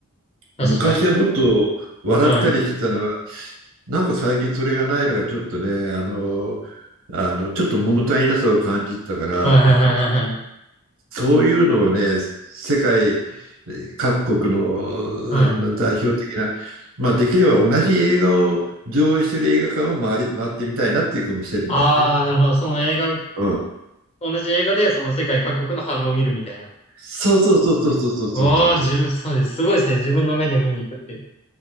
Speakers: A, on the left; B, on the right.
A: 確かに。
B: 昔はもっと笑ったりしてたのは、
A: はい。
B: なんか最近それがないのがちょっとね、あの、あの、ちょっと物足りなさを感じてたから、
A: はいはいはいはい。
B: そういうのをね、世界各国の
A: はい
B: あの代表的な、まあ、できれば同じ映画を上映している映画館を回り、回ってみたいなっていう気もしてるんだよね。
A: ああ、なるほど。その映画、
B: うん。
A: 同じ映画でその世界各国の反応を見るみたいな。
B: そうそうそうそうそうそうそうそうそう。
A: わあ、自分、そうです。すごいですね。自分の目で見に行くって。